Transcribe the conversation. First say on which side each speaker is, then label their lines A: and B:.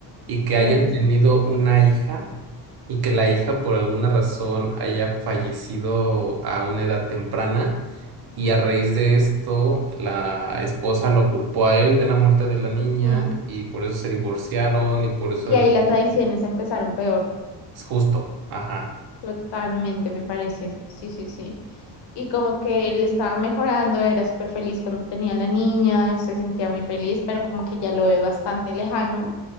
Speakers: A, on the right (about 55°); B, on the left (about 65°).
A: y que
B: me
A: hayan
B: parece.
A: tenido una hija y que la hija por alguna razón haya fallecido a una edad temprana y a raíz de esto la esposa lo culpó a él de la muerte de la niña
B: Ujú.
A: y por eso se divorciaron y por eso
B: Y
A: él
B: ahí
A: es
B: las adicciones empezaron peor.
A: es justo, ajá.
B: Totalmente, me parece. Sí, sí, sí. Y como que le estaba mejorando, era súper feliz cuando tenía la niña, se sentía muy feliz, pero como que ya lo ve bastante lejano.